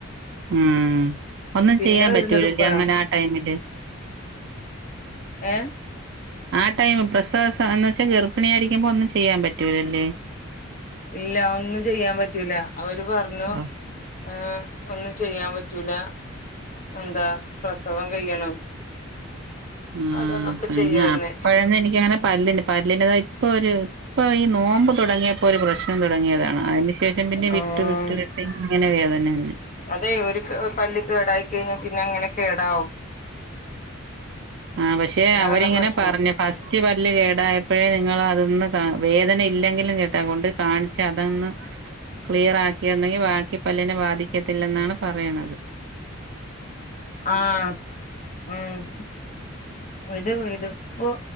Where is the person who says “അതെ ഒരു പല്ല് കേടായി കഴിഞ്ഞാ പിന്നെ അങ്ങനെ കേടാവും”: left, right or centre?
Left